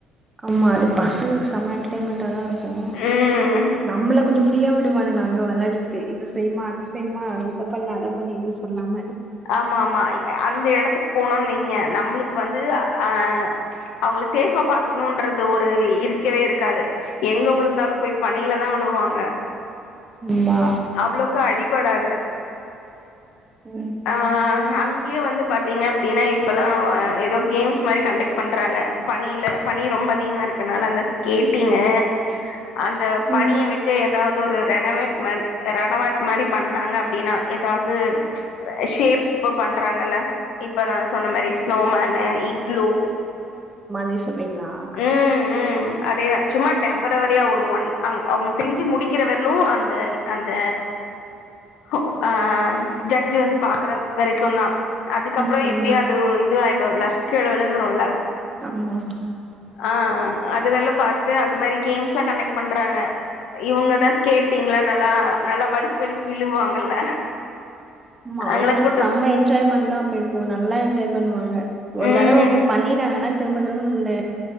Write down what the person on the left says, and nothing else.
ம்
ஆமாம்மா அந்த எடத்துக்கு போனும்ன்னு வைங்க நம்மளுக்கு வந்து அ அவங்கள சேஃபா பாத்துக்கணும்ன்றது ஒரு இருக்கவே இருக்காது எங்க விழுந்தாலும் போய் பனில தான் உழுவாங்க
அவ்ளோக்கா அடிபடாது
ஆ அங் ங்கே வந்து பாத்தீங்க அப்டின்னா இப்பல்லாம் ஏதோ கேம்ஸ் மாரி கண்டக்ட் பண்றாங்க பனில பனி ரொம்ப அதிகமா இருக்கனால அந்த ஸ்கேட்டிங்கு அந்த பனிய
வச்சு ஏதாவது ஒரு ரெனவேட் மென் ரெனவெட் மாரி பண்ணாங்க அப்டின்னா ஏதாவது ஷேப்பு பண்றாங்கல்ல இப்ப நா சொன்ன மாரி ஸ்னோமேனு இக்லு
ம் ம் அதேதான் சும்மா டேம்ப றரியா ஒரு ஒன் அவு அவங்க செஞ்சு முடிக்கிறவரைலும் அந்த அந்த ஓ அ அ ஜட்ஜி வந்து பாக்குற வெரைக்கும் தான் அதுக்கப்றோ
எப்டியும் அது இது ஆயிடும்ல கீழே விழுந்துருல
ஆ அதுவெல்லாம் பாத்து அது மாரி கேம்ஸ் எல்லாம் கண்டெக்ட் பண்றாங்க இவங்கதான் ஸ்கேட்டிங்ல்ல நல்லா நல்லா வழிக்கி வழிக்கி விழுவாங்கல்ல
அங்கள
கூட்டு
ம்